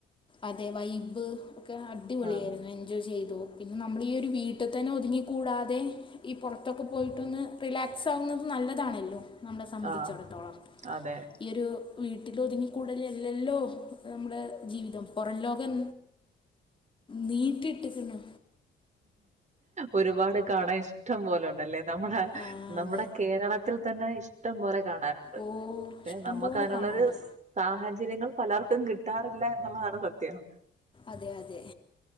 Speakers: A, on the left; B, on the right.
A: അതെ വൈബ് ഒക്കെ അടിപൊളിയായിരുന്നു
B: ആഹ്
A: എൻജോയ് ചെയ്തു പിന്നെ നമ്മളീ ഒരു വീട്ടിൽ തന്നെ ഒതുങ്ങി കൂടാതെ ഈ പുറത്തൊക്കെ പോയിട്ടൊന്ന് റിലാക്സ് ആകുന്നത് നല്ലതാണല്ലോ നമ്മളെ സമ്മതിച്ചിടത്തോളം
B: ആഹ് അതെ
A: ഈ ഒരു വീട്ടിലൊതുങ്ങികൂടല്ലല്ലല്ലോ നമ്മുടെ ജീവിതം പൊറം ലോകം നീട്ടി ഇട്ടക്ക്ണ്
B: ഒരുപാട് കാണാൻ ഇഷ്ടം പോലെ ഉണ്ടല്ലേ നമ്മുട
A: ആ
B: നമ്മുടെ
A: അതെ
B: കേരളത്തിൽ തന്നെ ഇഷ് ഷ്ടംപോലെ കാ നുണ്ട് പക്ഷെ
A: ഓ ഇഷ്ടംപോലെ
B: നമുക്ക് അതിനുള്ളൊരു
A: കാണാനുണ്ട്
B: സാഹചര്യങ്ങൾ പലർക്കും കിട്ടാറില്ല എന്നുള്ളതാണ് സത്യം
A: അതെ അതെ